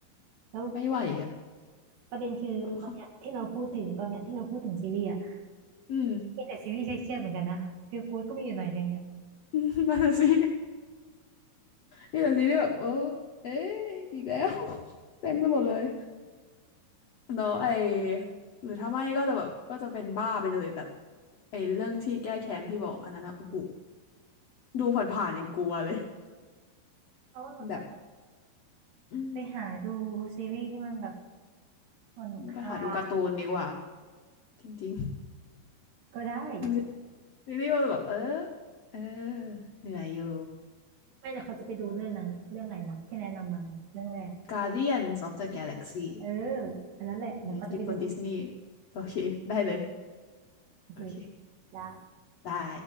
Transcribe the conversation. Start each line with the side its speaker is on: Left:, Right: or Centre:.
Right: แล้ว
Left: ๆไม่ไหวอะ
Right: ประเด็นคือวันเนี้ยที่เราพูดถึงตอนเนี้ยที่เราพูดถึงซีรีส์อ่ะ
Left: เออค่ะอืม
Right: มีแต่ซีรีส์เครียดๆเหมือนกันนะฟีลกู๊ดก็มีอยู่หน่อยนึงเนี่ย
Left: <laughs> นั่นน่ะสินี่นี่แหละสิที่แบบเออเอ๊ะอีกแล้ว <laughs> เต็มไปหมดเลย
Right: อืม
Left: แล้วไอหรือถ้าไม่ก็จะแบบก็จะเป็นบ้าไปเลยแบบไอเรื่องที่แก้แค้นที่บอกอันนั้นอะโอ้โหดูผ่านๆยังกลัวเลย
Right: เพราะว่าเราต้องแบบ
Left: แบบอืม
Right: ไปหาดูซีรีส์ที่มันแบบผ่อนคลาย
Left: ไปหาดูการ์ตูนดีกว่าจริง
Right: ก็ได้
Left: ๆดู ซีรีส์มันแบบเออเออเหนื่อยอยู่
Right: ไม่แต่เขาจะไปดูเรื่องนั้นอะเรื่องอะไรนะที่แนะนำมาเรื่องแรก
Left: Guardians of the Galaxy
Right: เอออันนั้นแหละเดี๋ยวเขาจะไปดู
Left: อืมอยู่บนดิสนีย์โอเคได้เลย
Right: โอเค
Left: โอเค
Right: จ้ะ
Left: ได้